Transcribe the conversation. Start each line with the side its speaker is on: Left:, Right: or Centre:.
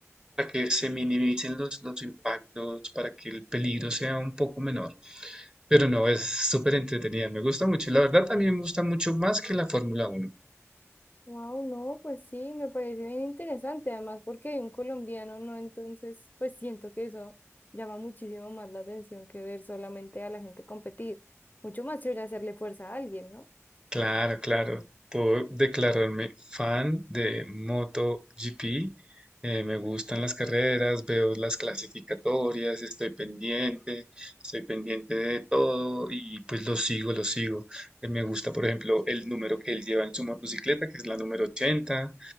Right: para que se minimicen los, los impactos, para que el peligro sea un poco menor. Pero no, es súper entretenida, me gusta mucho. y La verdad también me gusta mucho más que la Fórmula uno
Left: Wow, no, pues sí, me parece bien interesante, además porque hay un colombiano, ¿no? Entonces, pues siento que eso llama muchísimo más la atención que ver solamente a la gente competir. Mucho más chévere hacerle fuerza a alguien, ¿no?
Right: Claro, claro, puedo declararme fan de MotoGP. eh, me gustan las carreras, veo las clasificatorias, estoy pendiente, estoy pendiente de todo y pues lo sigo, lo sigo. Eh, me gusta, por ejemplo, el número que él lleva en su motocicleta, que es la número ochenta